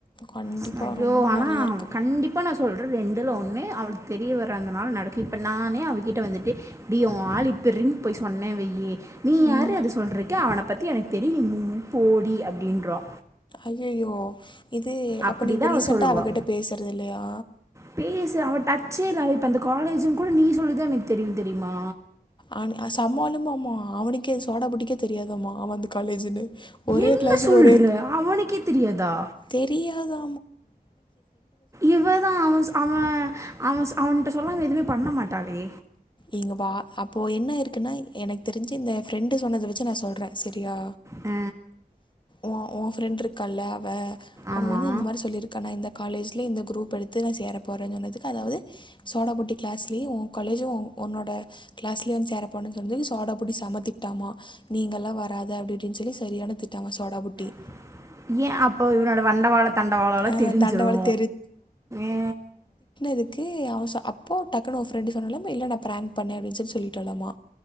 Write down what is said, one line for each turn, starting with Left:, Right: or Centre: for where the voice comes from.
Left: கண்டிப்பாக
Right: ஸ் ஐயோ
Left: ரொம்ப
Right: ஆனா
Left: நிறைய இருக்கு
Right: கண்டிப்பா நா சொல் ற ரெண்டுல ஒண்ணு அவளுக் தெரிய வர்ற அந்த நாள் நடக்கு இப்ப நானே அவக்கிட்ட வந்துட்டு டீ ஓ ஆள் இப்புர் டின் போய் சொன்னே வெய்யி நீ யார்றீ
Left: ம்
Right: அது சொல்றக்கு அவனப் பத்தி எனக்கு தெரியு நீ மூ போடி அப்டின்ருவா
Left: ஐயையோ இது
Right: அப்படிதான்
Left: அப்ப நீ இப்ப
Right: அவ
Left: ரீசன்ட்டா
Right: சொல்லுவா.
Left: அவக்கிட்ட பேசற்து இல்லையா
Right: பேசு அவ டச்சே இல்ல அவ இப்ப இந்த காலேஜுன் கூட நீ சொல்லிதா எனக்கு தெரியு தெரியுமா
Left: ஆனு அ சம்மாலுமாம்மா அவனுக்கே சோடாப்புட்டிக்கே தெரியாதாமா அவ அந்த காலேஜுனு ஒரே
Right: என்ன
Left: க்ளாஸு
Right: சொல்ற?
Left: ஒரே
Right: அவனுக்கே தெரியாதா?
Left: தெரியாதா
Right: இவதா அவ ஸ் அவ அவ ஸ் அவன்ட்ட சொல்லாத எதுமே பண்ண மாட்டாலே
Left: இங்க வா அப்போ என்ன இருக்குன்னா எனக்கு தெரிஞ்சி இந்த ஃப்ரெண்டு சொன்னத வெச்சி நா சொல்ற செரியா
Right: ஆ
Left: ஓ ஓ ஃப்ரெண்ட்ருக்கால்ல அவ அவ
Right: ஆமா.
Left: வந்து இந்த மாரி சொல்லிருக்கா நா இந்த காலேஜ் ல இந்த க்ரூப் எடுத்து நா சேர போற சொன்னதுக்கு அதாவது சோடாப்புட்டி க்ளாஸ்லயே ஓ காலேஜு ஓ ஒன்னோட க்ளாஸ்லயே வந்து சேரப்போன சொல்லி சோடாப்புட்டி செமத் திட்டாமா நீ இங்கல்லா வராத அப்டி இடின் சொல்லி சரியான திட்டாமா சோடாப்புட்டி
Right: <unintelligible> ஏன் அப்போ இவனோட வண்ட வாழோ தண்ட வாழோல
Left: ஆ
Right: தெரிஞ்சிரு
Left: தண்டவாளம்
Right: ஏ
Left: இதுக்கு அவ சொல் அப்போ டக்குனு ஒ ஃப்ரெண்ட்டு சொன்னலாம இல்ல ப்ராங்க் பண்ண அப்டின் சொல்லி சொல்லிட்டலாமா